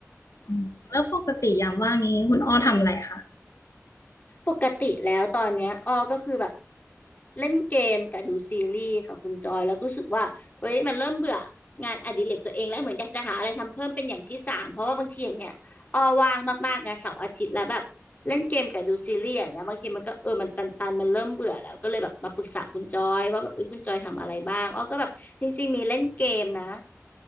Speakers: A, on the left (about 85°); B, on the left (about 30°).
A: อืมแล้วปกติยามว่างนี้คุณอ้อทำอะไรคะ
B: ปกติแล้วตอนเนี้ยอ้อก็คือแบบ เล่นเกมกับดูซีรีส์ค่ะคุณจอยแล้วก็รู้สึกว่าเอ้ยมันเริ่มเบื่องานอดิเรกตัวเองแล้วเหมือนอยากจะหาอะไรทำเพิ่มเป็นอย่างที่สามเพราะว่าบางทีอย่างเงี้ยออว่างมากๆนะเสาร์อาทิตย์แล้วแบบเล่นเกมกับดูซีรีส์อย่างเงี้ยบางทีมันก็เออมันตันๆมันเริ่มเบื่อแล้วก็เลยแบบมาปรึกษาคุณจอยว่าแบบเอ้ยคุณจอยทำอะไรบ้างอ้อก็แบบจริงๆมีเล่นเกมนะ